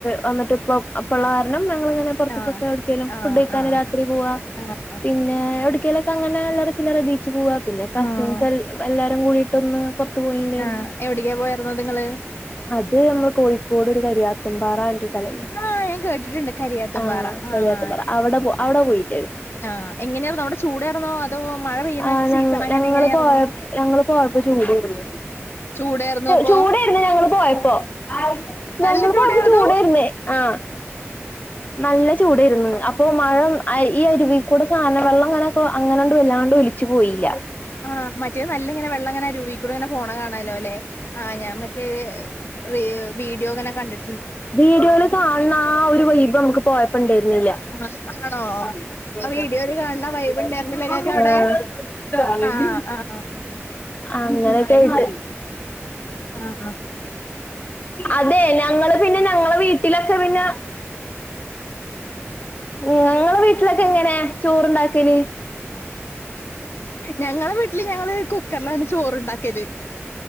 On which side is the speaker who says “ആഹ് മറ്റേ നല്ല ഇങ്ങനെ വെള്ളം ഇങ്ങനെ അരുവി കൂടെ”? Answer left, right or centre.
Left